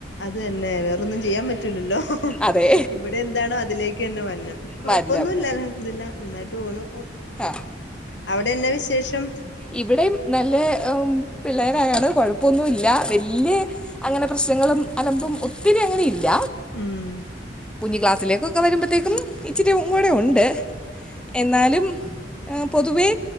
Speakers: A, on the left; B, in the centre.
A: അത് തന്നെ വേറൊന്നും ചെയ്യാൻ പറ്റൂലല്ലോ
B: അതെ
A: ഇവിടെ എന്താണോ അതിലേക്ക് തന്നെ വന്നു കൊഴപ്പൊന്നുമല്ലല്ല
B: വരണം
A: ഇതില്ല നന്നായിട്ട് പോണു
B: ആ
A: അവിടെന്നെ വിശേഷം
B: ഇവിടെയും നല്ല പിള്ളേരായാണ് കുഴപ്പമൊന്നുമ ഇല്ല വലിയ അങ്ങനെ പ്രശ്നങ്ങളും അലമ്പും ഒത്തിരി അങ്ങനെ ഇല്ല
A: ഉം
B: കുഞ്ഞഞ് ക്ലാസ്സിലേക്ക് ഒക്കെ വരുമ്പോഴത്തേക്കും ഇച്ചിരി കൂടെ ഉണ്ട് എന്നാലും പൊതുവേ